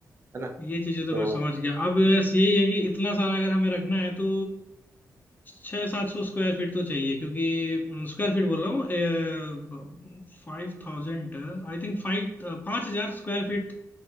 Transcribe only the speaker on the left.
ये चीजें तो
मैं समझ गया अब बस
यही है कि इतना सारा अगर हमें रखना है तो छह सात सौ स्क्वायर फीट तो चाहिए क्योंकि स्क्वायर फीट बोल रहा हूँ Five thousand I think five पाँच हजार स्क्वायर फीट